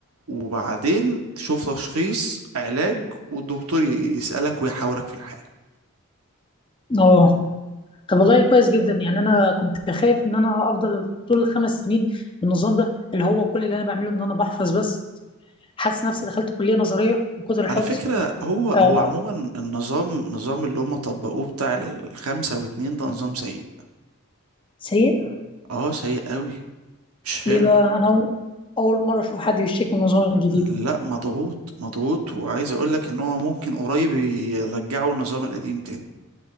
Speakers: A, on the right; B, on the left.
A: وبعدين تشوف تشخيص علاج والدكتور ي- يسألك ويحاورك في الحالة
B: اه طب والله كويس جدا يعني انا كنت خايف ان انا افضل طول الخمس سنين بالنظام ده اللي هو كل اللي انا بعمله ان انا بحفظ بس حاسس نفسي دخلت كليه نظريه من كتر الحفظ
A: على فكرة هو هو
B: آه
A: عموما النظام نظام اللي هم طبقوه بتاع الخمسة واتنين ده نظام سيء
B: سيء
A: اه سيء قوي مش حلو
B: ليه بقى انا اول أول مره اشوف حد بيشتكي من النظام الجديد
A: لا مضغوط مضغوط وعايز اقول لك ان هو ممكن قريب يرجعوا النظام القديم تاني